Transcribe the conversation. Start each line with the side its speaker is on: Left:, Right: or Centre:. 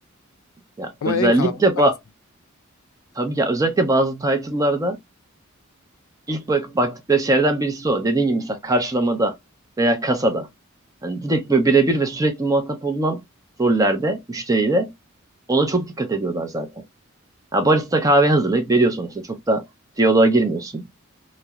Right: Ya
Left: Ama
Right: özellikle
Left: en kalabalık
Right: ba
Left: orası.
Right: tabii ya özellikle bazı title'larda ilk bak baktıkları şeylerden birisi o. Dediğin gibi mesela karşılamada veya kasada. Hani direkt böyle birebir ve sürekli muhatap olunan rollerde müşteriyle ona çok dikkat ediyorlar zaten. Ya barista kahve hazırlayıp veriyor sonuçta. Çok da diyaloğa girmiyorsun.